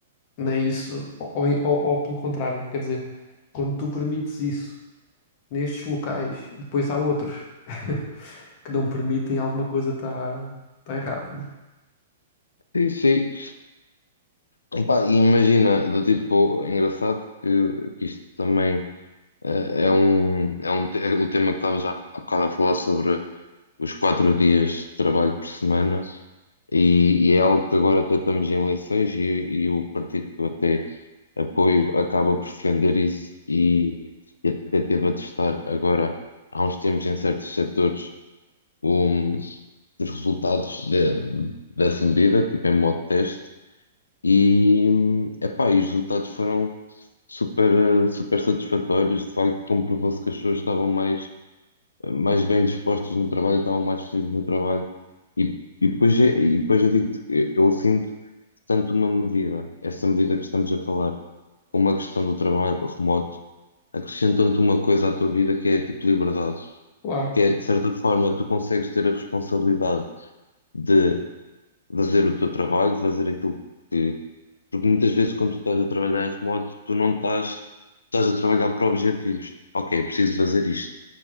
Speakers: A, on the left; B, on the left.
A: nem isso, ou, ou, ou- pelo contrário, quer dizer, quando tu permites isso nestes locais e depois há outros <laughs> que não permitem, alguma coisa está tá tá errado, né?
B: Sim, sim. Epá, e imagina, do tipo, é engraçado que, que isto também eh, é um, é um, te- é o tema que estavas há há bocado a falar sobre os quatro dias de trabalho por semana. E, e é algo que agora tratamos em eleições e, e o partido que eu até apoio acaba por defender isso e, e até teve a testar agora, há uns tempos, em certos setores, um, os resultados de- dessa medida, tipo em modo teste, e, epá, e os resultados foram super, eh, super satisfatórios, de facto comprovou-se que as pessoas estavam mais mais bem dispostas no trabalho, estavam mais felizes no trabalho. E, e depois, é- e depois eu digo, eu sinto que tanto uma medida, essa medida que estamos a falar, como a questão do trabalho remoto, acrescentam-te uma coisa à tua vida que é tipo liberdade,
A: Claro,
B: que é de certa forma tu consegues ter a responsabilidade de fazer o teu trabalho, de fazer aquilo que. Porque muitas vezes quando tu estás a trabalhar em remoto, tu não estás, estás a trabalhar para objetivos. Ok, preciso fazer isto